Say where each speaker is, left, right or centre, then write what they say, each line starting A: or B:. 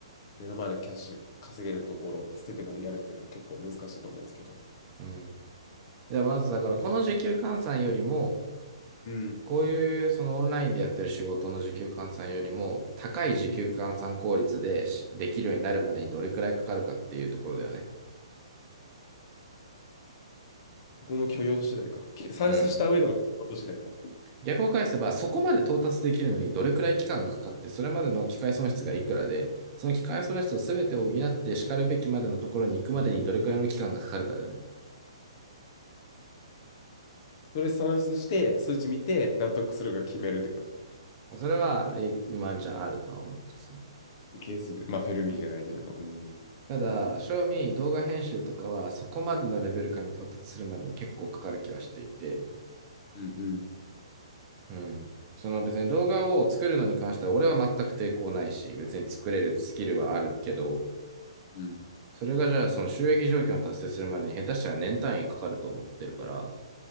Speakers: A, on the left; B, on the right.
A: 目の前のキャッシュ稼げるところを捨ててまでやるっていうのは結構難しいと思うんですけど、
B: うんじゃあまずだから、この時給換算よりも、
A: うん。
B: こういうそのオンラインでやってる仕事の時給換算よりも、高い時給換算効率でしできるようになるまでにどれくらいかかるかっていうところだよね。
A: うんこの許容度次第か。け算出した上での許容度次第か。
B: うん。逆を返せば、そこまで到達できるのにどれくらい期間がかかって、それまでの機械損失がいくらで、その機械損失を全て補ってしかるべきまでのところに行くまでにどれくらいの期間がかかるかだよね。
A: それ算出して、数値見て、納得するか決めるって感じ。
B: それは、えワンチャンあるとは思う、普通に。
A: ケースで、まあ、フェルミじゃないけど、うん。
B: ただ、正味動画編集とかはそこまでのレベル感に到達するまでに結構かかる気はしていて、
A: うん、うん、
B: うん。その別に動画を作るのに関しては俺は全く抵抗ないし、別に作れるスキルはあるけど、
A: うん。
B: それがじゃあその収益条件を達成するまでに下手したら年単位かかると思ってるから、っ